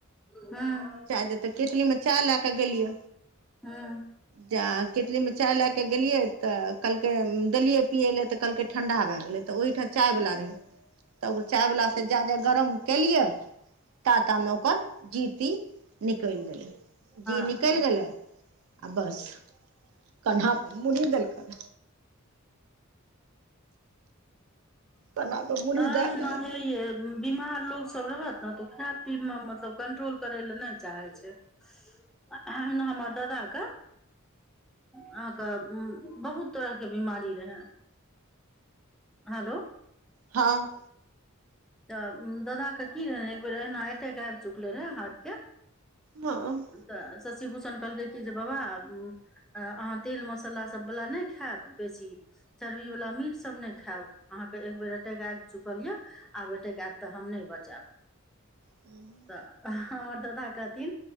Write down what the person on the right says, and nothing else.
चाय दे ते केतली मे चाय ले के गेलिय
जे कितलीमे चाय लए कऽ गेलियै तऽ कहलकै देलियै पियै लए तऽ ल ठंडा भए गेल त ओहिठाम चाय वला रहे त चाय वला से जादा गरम केलियै ताता मे ओकर जीती निकलि गेलै
जी निकलि गेलै आ बस कन्हा पर मूड़ी देलकै कन्हा पर मुड़ी
दए कऽ
हँ
हँ
हू <inaudible>